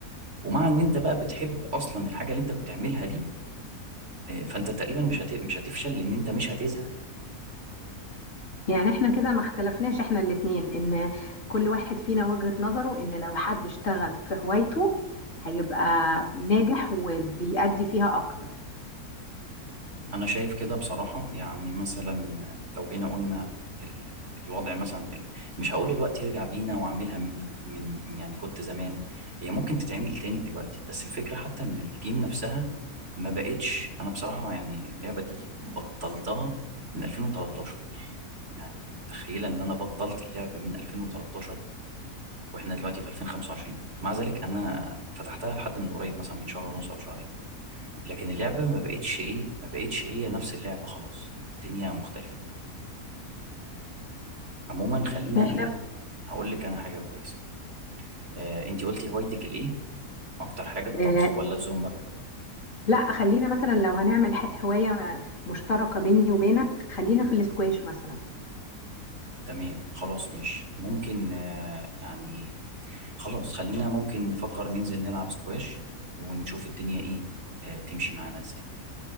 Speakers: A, on the right; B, on the left.
A: ومع ان انت بقى بتحب اصلا الحاجه اللي انت بتعملها دي آه، فانت تقريبا مش هت... مش هتفشل لان انت مش هتزهق
B: يعني احنا كده ما اختلفناش احنا الاتنين ان كل واحد فينا وجهة نظره ان لو حد اشتغل في هوايته هيبقى ناجح وبيأدي فيها اكتر
A: انا شايف كده بصراحة يعني مثلا لو جينا قلنا ال- الوضع مثلا ال- مش هقول الوقت يرجع بينا واعملها من من يعني كنت زمان هي ممكن تتعمل تاني دلوقتي بس الفكرة حتى ان الجيم نفسها ما بقتش انا بصراحة يعني اللعبة دي بطلتها من 2013 يعني متخيلة ان انا بطلت اللعبة من 2013 واحنا دلوقتي في 2025 مع ذلك انا فتحتها لحد من قريب مثلا من شهر ونص او شهرين لكن اللعبة ما بقتش ايه ما بقتش هي نفس اللعبة خلاص الدنيا مختلفة عموما خلينا
B: احنا
A: ايه هقول لك انا حاجة كويسة آه انتي قلتي هوايتك الايه اكتر حاجة الطبخ
B: اه
A: ولا الزومبا
B: لا خلينا مثلا لو هنعمل ح- هواية مشتركة بيني وبينك خلينا في الاسكواش مثلا
A: تمام خلاص مش ممكن آه يعني خلاص خلينا ممكن نفكر ننزل نلعب سكواش ونشوف الدنيا ايه آه تمشي معانا ازاي